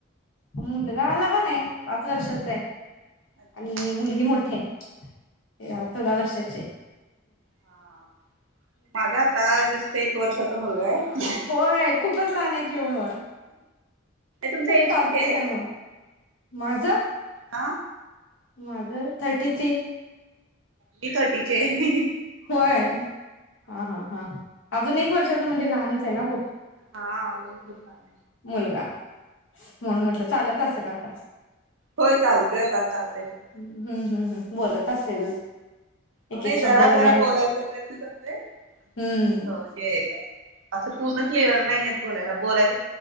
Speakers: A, on the left; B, on the right.
A: मुलगा लहान आहे. पाच वर्षाचा आहे.
B: अच्छा
A: आणि
B: हा
A: मुलगी मोठे हाय. आता दाहा वर्षाचे हाय.
B: हा माझा आता जस्ट एक एक वर्षाचा मुलगा आहे. नाही
A: होय खूपच लहान आहे की ओ मग,
B: तुमचं एज
A: चालतय
B: किती आहे
A: काय मग माझं?
B: आ
A: माझं थर्टी थ्री.
B: मी थर्टीची आहे.. <inaudible>
A: होय. हा हा हा हा अजून एक वर्षाचं, म्हणजे लहानच आहे ना खूप?
B: हा म ख का <inaudible>
A: मुलगा म्हणून म्हटलं चालत असेल आता.
B: होय चालतोय आता. चालतय फिरतय
A: ह्म हम् हम् हम् बोलत असेल.
B: हो
A: एक
B: नाही
A: एक शब्द
B: जरा
A: वगैरे
B: जरा बोलायचा प्रयत्न करतोय अजून
A: हम्म
B: म्हणजे असं पूर्ण क्लिअर नाही. बोलायला बोलायचं